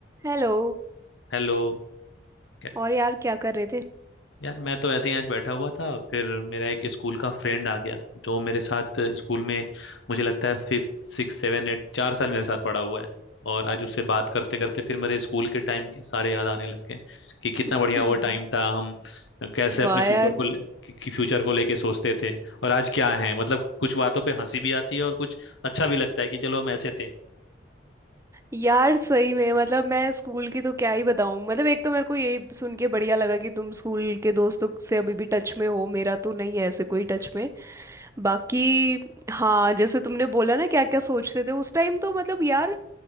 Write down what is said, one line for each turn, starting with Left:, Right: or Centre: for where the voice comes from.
Right: Hello
Left: Hello क्या
Right: और यार क्या कर रहे थे <laughs>
Left: यार मैं तो ऐसे ही आज बैठा हुआ था फिर मेरा एक स्कूल का फ्रेंड आ गया जो मेरे साथ स्कूल में मुझे लगता है फिफ्थ सिक्स सेवन एट चार साल मेरे साथ पढ़ा हुआ है और आज उससे बात करते करते फिर मेरे स्कूल के टाइम के सारे याद आने लग गए कि कितना बढ़िया
Right: हम्म,
Left: वो टाइम था हम कैसे अपने
Right: वाह
Left: फ्यूचर
Right: यार
Left: को ले- कि, कि फ्यूचर को लेके सोचते थे और आज क्या है मतलब कुछ बातों पे हंसी भी आती है और कुछ अच्छा भी लगता है कि चलो हम ऐसे थे
Right: यार सही में मतलब मैं स्कूल की तो क्या ही बताऊं मतलब एक तो मेरे को यही सुन के बढ़िया लगा कि तुम स्कूल के दोस्तों से अभी भी टच में हो मेरा तो नहीं है ऐसे कोई टच में बाकी हाँ जैसे तुमने बोला ना क्या क्या सोचते थे उस टाइम तो मतलब यार अ,